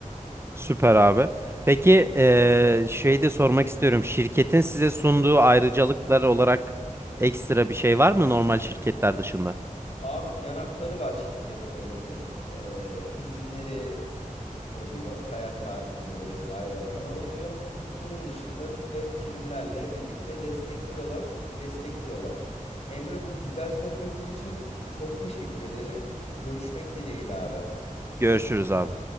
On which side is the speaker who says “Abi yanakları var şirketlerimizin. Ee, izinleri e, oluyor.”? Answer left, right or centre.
Left